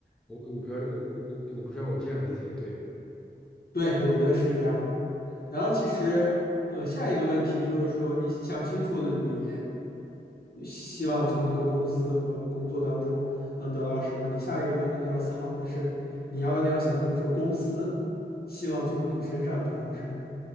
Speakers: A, in the centre; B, on the left (about 60°).
A: 我我不知道我我我我不知道我这样理解对吗？
B: 对，我觉得是这样的。然后其实，嗯，下一个问题就是说，你想清楚了你希望从一个公司和工作当中能得到什么，你下一个问题就要思考的是，你要一定要想清楚公司希望从你身上得到什么。